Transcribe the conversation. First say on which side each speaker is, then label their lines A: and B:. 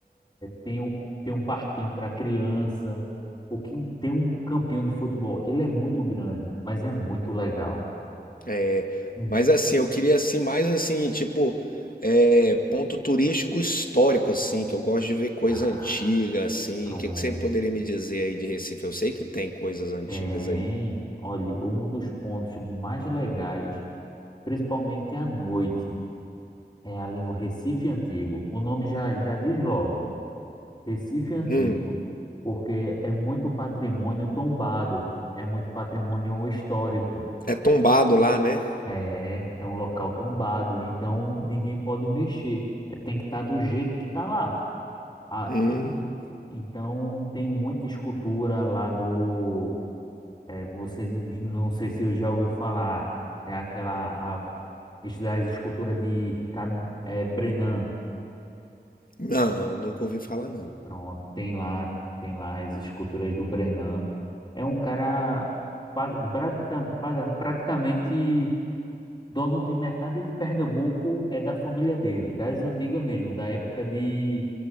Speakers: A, on the left (about 25°); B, on the left (about 55°).
A: tem, um tem um parquinho para criança, o que tem um campinho de futebol. Ele é muito grande, mas é muito legal.
B: É,
A: Hum.
B: mas assim, eu queria assim, mais assim, tipo, é, ponto turístico histórico, assim, que eu gosto de ver coisa
A: Ah,
B: antiga, assim.
A: pronto.
B: O que que você poderia me dizer aí de Recife? Eu sei que tem coisas antigas
A: Tem.
B: aí.
A: Olha, um dos pontos mais legais, principalmente à noite, é ali no Recife Antigo. O nome já, já diz logo, Recife Antigo,
B: Hum,
A: porque é muito patrimônio tombado, é muito patrimônio histórico.
B: é tombado lá, né?
A: É, é um local tombado, então ninguém pode mexer. É, tem que estar do jeito que está lá. Ah,
B: Hum,
A: tem, então tem muita escultura lá do. é, você não sei se já ouviu falar. É aquela a, as esculturas de Ricardo, é, Brenan.
B: não, nunca ouvi falar, não.
A: Pronto, tem lá, tem lá as esculturas do Brenan. É um cara pa- praticamen- pa- praticamente dono de metade de Pernambuco é da família dele, das antigas mesmo, da época de,